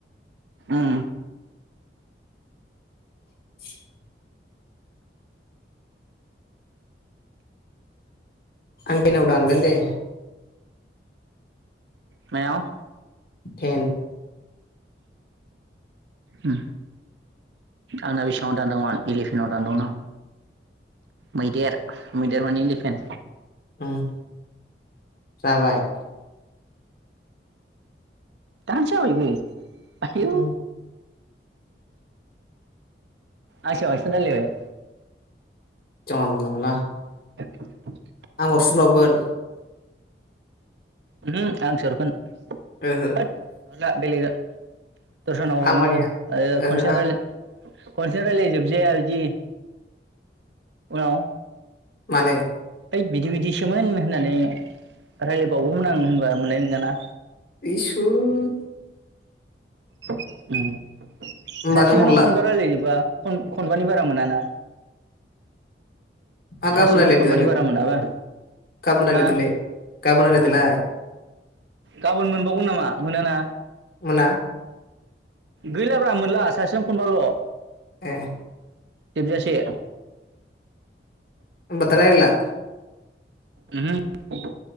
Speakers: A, on the right (about 80°); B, on the left (about 55°).
A: उम।
B: <inaudible> आं केनाव दानगोन दे।
A: मायाव?
B: थेन।
A: उम आंना बेसेबांङाव दानदोंमोन एलिफेनाव दानदोंमोन आं मैदेर मैदेर माने एलिफेन।
B: उम जाबाय।
A: दानो जाबायबो। आयौ।
B: उम
A: आनिसाय बांसिन रायजलायबाय।
B: जानला मोनला।
A: <inaudible>
B: आं हरफिनबावगोन
A: उमहो आंसो हरगोन।
B: ओहो
A: होद बेलेखा दस्रानाव हरनांगौ
B: आं मानिया
A: आरो
B: ओहो
A: खनसि
B: आं
A: रयलयनो <unintelligible> खनसे रायलाय जाबजाया बिदि। उनाव।
B: माने।
A: ओइ बिदि बिदिसोमोन होननानै रायजलायबावगौमोन आं होनबा मोननाय नंङाना।
B: इसुर।
A: उम। सासेजोंनो
B: होमबा नों हरला
A: खनबा रायलायोबा। खनबानि बारा मोनाना।
B: आ गाबोन
A: सासेजों
B: रयलायदो
A: खनबानि
B: आरो
A: बारा मोनाबा
B: गाबोन रायलायदोलाय
A: हा
B: गाबोन रायलायदोलाय।
A: गाबोन मोनबावगोन नामा मोनाना?
B: मोना।
A: गैलाब्रा मोनला सासेजों खनबाल'।
B: ए
A: जोबजासे।
B: ओनबा दा रायलायला।
A: उमहो।